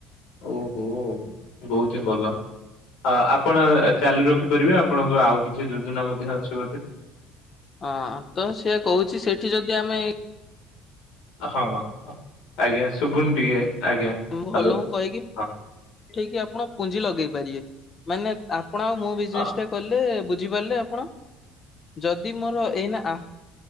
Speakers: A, on the left; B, on the left.
A: ଓହୋ ବହୁତ ହିଁ ଭଲ। ଆ-ଆପଣ ଚାଲୁ ରଖିପାରିବେ ଆପଣଙ୍କ ଆଉ କିଛି ଯୋଜନା ମଧ୍ୟ ଅଛି ବୋଧେ।
B: ହଁ ତ ସେୟା କହୁଛି ସେଠି ଯଦି ଆମେ
A: ହଁ ଆଜ୍ଞା ଶୁଭୁନ ଟିକେ, ଆଜ୍ଞା। ହ୍ୟାଲୋ
B: ଘର ଲୋକଙ୍କୁ କହିକି
A: ହଁ
B: ଉଠେଇକି ଆପଣ ପୁଞ୍ଜି ଲଗେଇ ପାରିବେ, ମାନେ ଆପଣ ଆଉ ମୋ ବିଜନେସ୍
A: ଆ,
B: ଟା କଲେ ବୁଝିପାରିଲେ ଆପଣ, ଯଦି ମୋର ଏଇନା ଆ